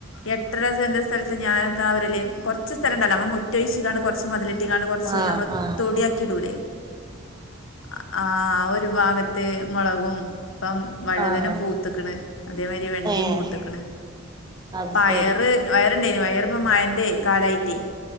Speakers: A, on the left; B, on the right.
A: എട്ടരസെന്റ് സ് തൽത്ത് ഞാനെത്താവരല് കൊർച്ച് സ്ഥലണ്ടല്ല മ്ളെ മുറ്റൊയ്ച്ച്ക്കാണ്ട് കൊർച്ച് മതില് ട്ട്കാണ്ട് കൊർച്ച്
B: ആഹ്
A: ഞമ്മള്
B: ആഹ്
A: തൊടിയാക്കിഇടൂലേ ആഹ് ആഹ് ഒരു ഭാഗത്ത് മൊളകും പ്പം വഴുതന
B: ആഹ്
A: പൂത്ത്ക്ണ് അതേമാരി വെണ്ടിംപൂത്ത്ക്ക്ണ്
B: ഏഹ് അത്
A: പയറ്
B: ശരി
A: വയറ്ണ്ടേനി പയറ്പ്പം മയന്റെ കാലയ്റ്റെ